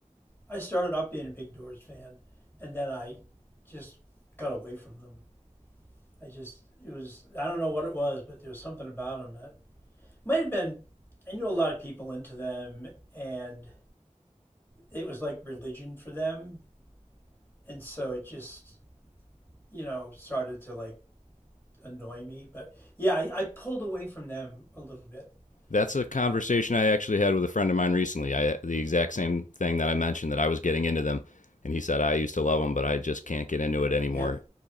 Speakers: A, on the left; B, on the left.
A: I started out being a big Doors fan, and then I just got away from them. I just it was I don't know what it was, but there was something about them that might have been. I knew a lot of people into them, and it was like religion for them. And so it just, you know, started to like annoy me. But yeah, I, I pulled away from them a little bit.
B: That's a conversation
A: Um,
B: I actually had with a friend of mine recently. I the exact same thing that I mentioned that I was getting into them, and he said I used to love them, but I just can't get into it anymore.
A: yep.